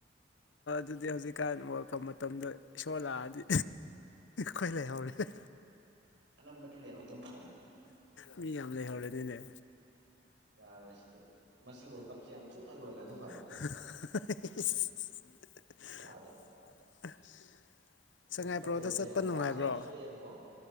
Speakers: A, on the left; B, on the right.
A: ꯑꯗꯨꯗꯤ ꯍꯧꯖꯤꯛꯀꯥꯟ ꯑꯣꯏꯔꯛꯄ ꯃꯇꯝꯗ ꯏꯁꯣꯔ ꯂꯥꯛꯑꯗꯤ ꯈꯣꯏ ꯂꯩꯥꯏ ꯍꯥꯎꯔꯦ
B: ꯑꯅꯝꯕꯗꯤ ꯂꯩꯍꯧꯗꯧ ꯃꯥꯜꯂꯦ
A: ꯃꯤ ꯌꯥꯝ ꯂꯩꯍꯧꯔꯦꯅꯤꯅꯦ
B: ꯌꯥꯔꯣꯏ ꯁꯤꯗꯤ ꯃꯁꯤ ꯋꯥꯋꯔꯜ ꯀꯞꯁꯦ ꯌꯥꯝ ꯊꯨꯅ ꯂꯣꯏꯈ꯭ꯔꯣꯏ
A: <unintelligible> <inaudible>
B: ꯌꯥꯗꯦ
A: <unintelligible> <inaudible> ꯁꯉꯥꯏꯄ꯭ꯔꯣꯗ
B: ꯋꯥꯔꯜ ꯀꯞ ꯂꯩꯕꯁꯦ
A: ꯆꯠꯄ
B: ꯍꯛꯆꯥꯡꯁꯨ
A: ꯅꯨꯡꯉꯥꯏꯕ꯭ꯔꯣ
B: ꯌꯥꯝ ꯁꯣꯛꯑꯦꯕꯀꯣ